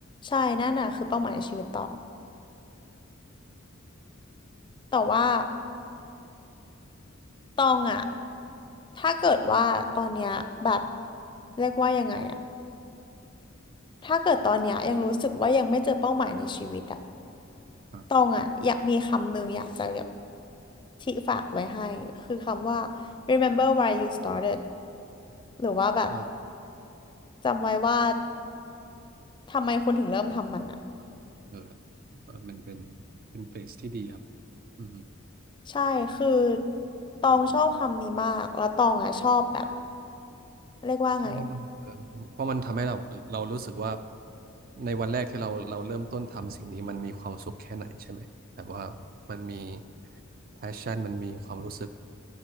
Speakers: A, on the left (about 25°); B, on the right (about 45°).
A: ใช่นั่นน่ะคือเป้าหมายในชีวิตตองแต่ว่าตองอ่ะถ้าเกิดว่าตอนเนี้ยแบบเรียกว่ายังไงอ่ะถ้าเกิดตอนเนี้ยยังรู้สึกว่ายังไม่เจอเป้าหมายในชีวิตอ่ะ
B: ครับ
A: ตองอ่ะอยากมีคำหนึ่งอยากจะ ที่ฝากไว้ให้คือคำว่า remember why you started หรือว่าแบบ
B: เออ
A: จำไว้ว่าทำไมคนถึงเริ่มทำมันอ่ะ
B: เออเออเป็นเป็นเป็นเฟสที่ดีครับอืม
A: ใช่ คือตองชอบคำนี้มาก
B: เอออืม
A: แล้วตองอ่ะชอบแบบเรียกว่าไง
B: ใช่เพราะมันเออเพราะมันทำให้เราเรารู้สึกว่าในวันแรกที่เราเราเริ่มต้นทำสิ่งนี้มันมีความสุขแค่ไหนใช่ไหมแต่ว่ามันมี passion มันมีความรู้สึก